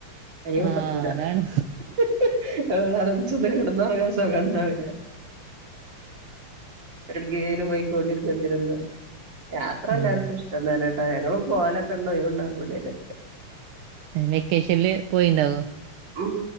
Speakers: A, on the right (about 55°); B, on the right (about 80°).
A: പെരേ കുത്രക്കൂല
B: ആഹ് അതാണ്
A: <unintelligible> ച്ച് ഒന്ന് കെട്ന്നൊറ്ങ്ങാ സോഖണ്ടാവൂല്ല എടക്കേലും പൊയ്കൊണ്ടിരിക്കണ്ട്യരുന്ന യാത്ര
B: ആഹ്
A: എല്ലാർക്കും ഇഷ്ടം തന്നേട്ടാ ഞങ്ങളും പോലൊക്കെണ്ട് ഒയ്വ്ണ്ടാമ്പൊ എടേലൊക്കെ
B: ഏഹ് വെക്കേഷൻല് പോയീണ്ടാവോ
A: ഉം